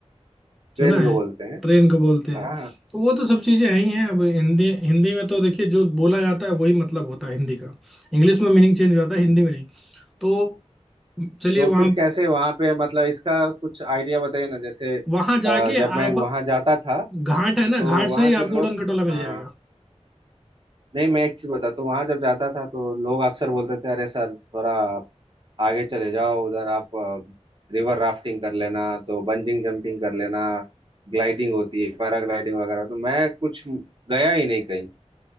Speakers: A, on the right; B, in the centre.
A: ट्रेन
B: सुना है
A: को बोलते हैं
B: ट्रेन को बोलते हैं
A: हाँ
B: तो वो तो सब चीजें हैं ही हैं अब हिंदी हिंदी में तो देखिए जो बोला जाता है वही मतलब होता है हिंदी का इंग्लिश में मीनिंग चेंज हो जाता है हिंदी
A: हम्म।
B: में नहीं तो चलिए
A: तो
B: वहां
A: फिर कैसे वहां पे मतलब इसका कुछ आइडिया बताइए ना जैसे अ,
B: वहां जाके
A: जब
B: आप
A: मैं वहां जाता था
B: घाट है ना
A: तो
B: घाट
A: वहां
B: से ही
A: के
B: आपको
A: लोग
B: उड़न खटोला मिल
A: हाँ
B: जाएगा
A: नहीं मैं एक चीज बताता हूँ वहां जब जाता था तो लोग अक्सर बोलते थे अरे सर थोड़ा आप आगे चले जाओ उधर आप रिवर राफ्टिंग कर लेना तो बंजिंग जंपिंग कर लेना ग्लाइडिंग होती है पैराग्लाइडिंग वगैरह तो मैं कुछ गया ही नहीं कहीं